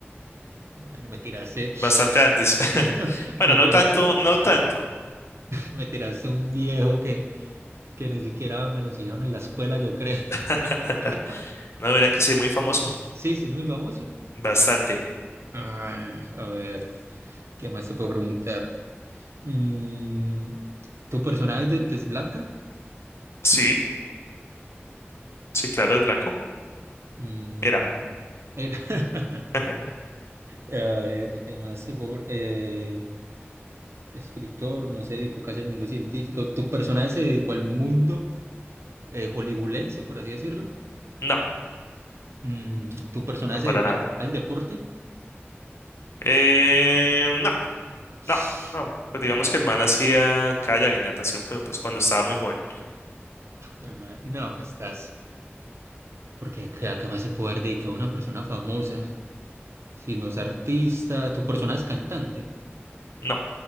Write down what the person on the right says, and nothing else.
Bueno, me tiraste,
<laughs>
me
tiraste,
me tiraste un viejo que, que ni siquiera me lo enseñaron en la escuela, yo creo. <laughs>
Sí, sí, es muy famoso.
Ah, a ver, ¿qué más se puede preguntar? Mm, ¿tu personaje es de tez blanca?
Mm,
era. <laughs>
A ver, ¿qué más se fue? Eh, escritor, no se dedicó casi al mundo científico. ¿Tu personaje se dedicó al mundo eh, hollywoodense, por así decirlo?
Mm, ¿tu personaje
se
dedicó
al, al deporte?
<sighs>
Jue
madre,
jue madre. No, estás. Porque ¿a a qué más se puede haber dedicado una persona famosa? Si no es artista, ¿tu personaje es cantante?